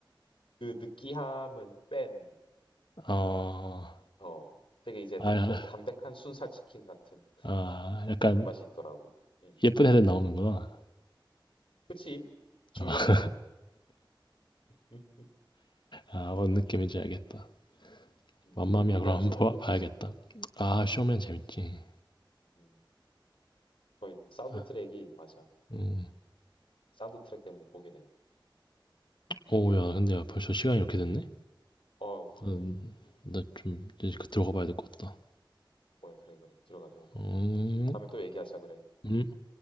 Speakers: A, on the left (about 85°); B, on the left (about 65°).
A: 그 느끼함은 뺀,
B: 아,
A: 어, 되게 이제
B: 아, 아,
A: 그 담백한 순살치킨 같은
B: 아, 약간
A: 그런 맛이 있더라고. 음.
B: 예쁜 애들 나오는구나.
A: 그치? 중요한
B: 아.
A: 거는. 음,
B: 아, 뭔 느낌인지 알겠다.
A: 음.
B: 맘마미아
A: 그 위대한
B: 그럼 한번
A: 쇼맨도
B: 봐- 봐야겠다.
A: 봤었고.
B: 아,
A: 맞아,
B: 쇼맨
A: 맞아,
B: 재밌지.
A: 맞아. 음. 거의 사운드
B: 아,
A: 트랙이, 맞아.
B: 음.
A: 사운드 트랙 때문에 보게 되는.
B: 오, 야, 근데 야, 벌써
A: 음,
B: 시간이 이렇게
A: 음,
B: 됐네?
A: 음. 어, 그러네.
B: 음, 나좀
A: 음.
B: 이제 그 들어가 봐야 될 것 같다.
A: 어, 그래, 그래. 들어가, 들어가.
B: 음,
A: 다음에 또 얘기하자 그래.
B: 음.
A: 응?